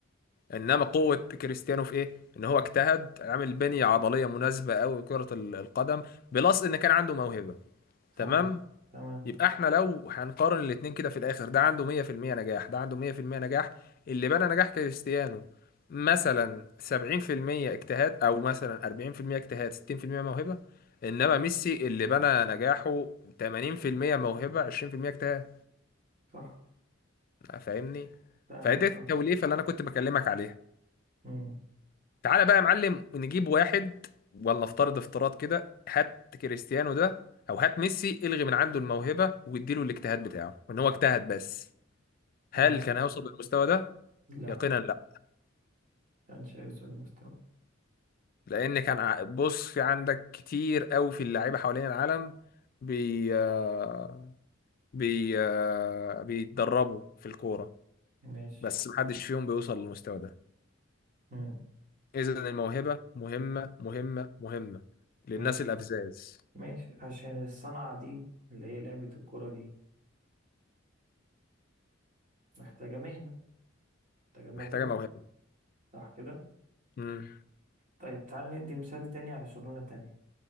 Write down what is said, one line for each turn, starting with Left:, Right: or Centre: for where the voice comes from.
Left: انما قوة كريستيانو في ايه ان هو اجتهد عامل بنية عضلية مناسبة قوي لكرة ال- القدم بلس ان كان عنده موهبة تمام
Right: صح كده. تمام
Left: يبقى احنا لو هنقارن الاتنين كده في الاخر ده عنده 100% نجاح ده عنده 100% نجاح اللي بنى نجاح كريستيانو مثلا 70% اجتهاد او مثلا 40% اجتهاد 60% موهبة انما ميسي اللي بنى نجاحه 80% موهبة 20% اجتهاد
Right: صح
Left: فاهمني
Right: فاهمك
Left: فدي التوليفة
Right: اه
Left: اللي انا كنت بكلمك عليها
Right: مم.
Left: تعالى بقى يا معلم نجيب واحد ولا افترض افتراض كده هات كريستيانو ده او هات ميسي الغي من عنده الموهبة واديله الاجتهاد بتاعه ان هو اجتهد بس هل
Right: تمام
Left: كان هيوصل للمستوى ده؟
Right: لا
Left: يقينا لا
Right: انشيلوتي المستوى
Left: لان كان ع- بص في عندك كتير قوي في اللعيبه حوالين العالم بي آه، بي آه، بيتدربوا في الكوره
Right: ماشي
Left: بس محدش فيهم بيوصل للمستوى ده
Right: مم.
Left: اذا الموهبه مهمه مهمه مهمه للناس
Right: ماشي
Left: الابزاز
Right: ماشي عشان الصنعة دي اللي هي لعبة الكرة دي محتاجة مهنة محتاجة موهبة
Left: محتاجه موهبه
Right: صح كده
Left: مم.
Right: طيب تعال ندي مثال تاني على شغلانة تانية